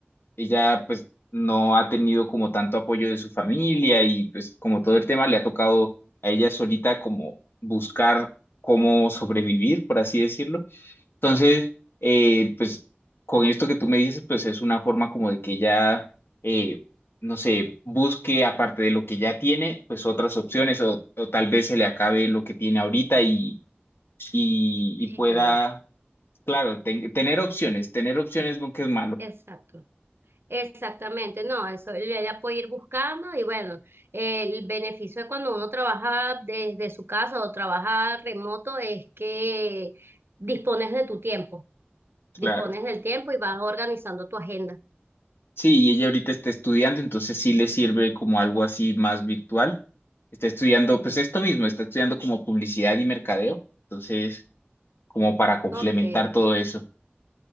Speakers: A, on the left (about 65°); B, on the right (about 70°).
A: ella pues no ha tenido como tanto apoyo de su familia y pues como todo el tema le ha tocado a ella solita como buscar cómo sobrevivir, por así decirlo. Entonces, eh, pues con esto que tú me dices, pues es una forma como de que ella, eh, no sé, busque aparte de lo que ya tiene, pues otras opciones o, o tal vez se le acabe lo que tiene ahorita y, y,
B: Y, y
A: y pueda,
B: tengan
A: claro, ten- tener opciones, tener opciones nunca es malo,
B: exacto. Exactamente, no, eso ella puede ir buscando y bueno, el beneficio de cuando uno trabaja desde su casa o trabaja remoto es que dispones de tu tiempo, dispones
A: claro.
B: del tiempo y vas organizando tu agenda.
A: Sí, y ella ahorita está estudiando, entonces sí le sirve como algo así más virtual. Está estudiando, pues esto mismo, está estudiando como publicidad y mercadeo, entonces como para complementar
B: Ok.
A: todo eso.